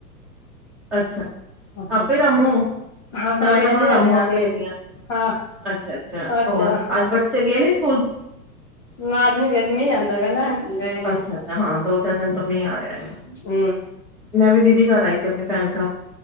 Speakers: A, in the centre; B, on the left (about 20°).
A: ਅੱਛਾ
B: ਆਹੋ,
A: ਆਪੇ ਰਾਮੂ
B: ਹਾਂ
A: ਮੈਂ
B: ਸਵਾਈਆਂ
A: ਵੀ ਆਪਣਾ
B: ਨੀ
A: ਰਾਮੂ
B: ਹਾਲੇ ਆਣੀ
A: ਆਪੇ ਹੈਗੀ
B: ਏ।
A: ਆ,
B: ਹਾਂ,
A: ਅੱਛਾ
B: ਅੱਛਾ।
A: ਹੋਰ ਅੱਜ ਬੱਚੇ ਗਏ ਨੀ ਸਕੂਲ?
B: ਨਾ ਆਜ ਨੀ ਗਏ, ਅੱਜ ਮੀਂਹ ਆਂਦਾ ਪਿਆ ਨਾ। ਗਏ ਨੀ
A: ਅੱਛਾ ਅੱਛਾ, ਹਾਂ ਦੋ ਤਿੰਨ ਦਿਨ ਤੋਂ ਮੀਂਹ ਆ ਰਿਹਾ।
B: ਹੁ
A: ਮੈਂ ਵੀ ਦੀਦੀ ਘਰ ਆਈ ਸੀ ਆਪਣੇ ਭੈਣ ਘਰ,